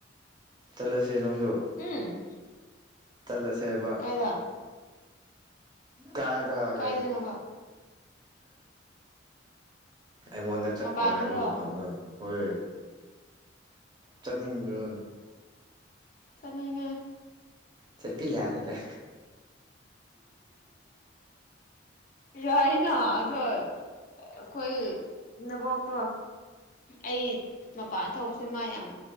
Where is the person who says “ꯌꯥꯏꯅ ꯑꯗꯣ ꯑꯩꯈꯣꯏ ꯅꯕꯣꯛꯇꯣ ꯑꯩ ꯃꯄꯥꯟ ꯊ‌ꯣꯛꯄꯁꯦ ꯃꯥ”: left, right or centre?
Left